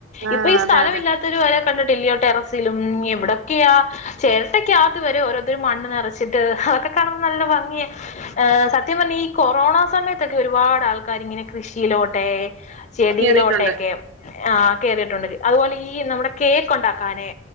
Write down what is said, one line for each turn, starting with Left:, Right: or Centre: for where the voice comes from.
Right: ആഹ്
Left: ഇപ്പൊ ഈ സ്ഥലം
Right: അതെ അതെ
Left: ഇല്ലാത്ത കണ്ടിട്ടില്ലേ ടെറസിലും എവിടൊക്കെയാ ചെരട്ടക്കകത് ക്ക് വരെ ഓരോരുതരു മണ്ണ് നിറച്ചിട്ട് അതൊക്കെ കാണുമ്പോൾ നല്ല ഭംഗിയ ഹ് സത്യം പറഞ്ഞ ഈ കൊറോണ സമയത്തൊക്കെ ഒരുപാട് ആൾക്കാർ ഇങ്ങനെ കൃഷിയിലോട്ടെ ചെടിയിലോട്ടെക്കെ
Right: കേറിയിട്ടുണ്ട്
Left: ആ കേറിയിട്ടുണ്ട് അതുപോലെ ഈ നമ്മുടെ കേക്ക് ഉണ്ടാക്കാനെ